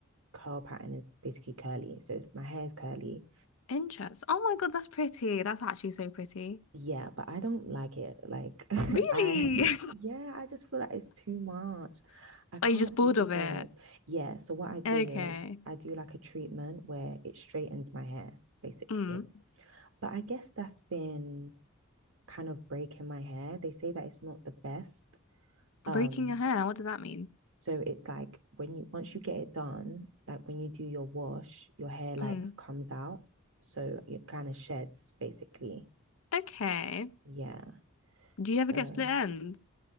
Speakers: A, on the right; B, on the left.
A: curl pattern is basically curly. So my hair is curly.
B: Interest. Oh my God, that's pretty. That's actually so pretty.
A: Yeah, but I don't like it. Like <laughs> I
B: Really?
A: yeah, I just feel like it's too much.
B: <laughs>
A: I can't
B: Are you just bored
A: be bothered.
B: of it?
A: Yeah, so what I do
B: Okay.
A: is I do like a treatment where it straightens my hair, basically.
B: Mm.
A: But I guess that's been kind of breaking my hair. They say that it's not the best,
B: Breaking
A: Um,
B: your hair, what does that mean?
A: so it's like when you once you get it done, like when you do your wash, your hair like
B: Mm.
A: comes out. So it kind of sheds basically.
B: Okay.
A: Yeah.
B: Do
A: So
B: you ever get split ends?